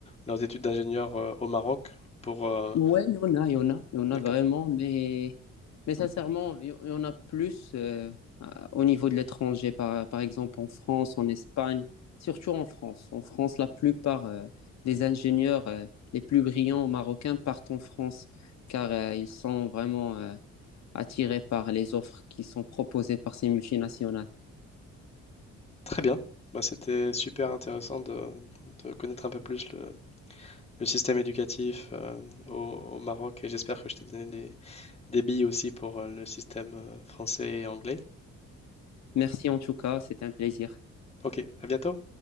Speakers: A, on the left (about 20°); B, on the left (about 60°).
A: leurs études d'ingénieur euh, au Maroc pour, euh,
B: Ouais, il y en a, il y en a, il y en
A: d'accord.
B: a vraiment, mais, mais sincèrement, il y il y en a plus euh, à- au niveau de l'étranger, par, par exemple en France, en Espagne, surtout en France. En France, la plupart euh, des ingénieurs euh, les plus brillants marocains partent en France, car euh, ils sont vraiment euh, attirés par les offres qui sont proposées par ces multinationales.
A: Très bien. Bah, c'était super intéressant de, de connaître un peu plus le, le système éducatif euh, au, au Maroc et j'espère que je t'ai donné des, des billes aussi pour euh, le système euh, français et anglais.
B: Merci en tout cas, c'était un plaisir.
A: Ok, à bientôt.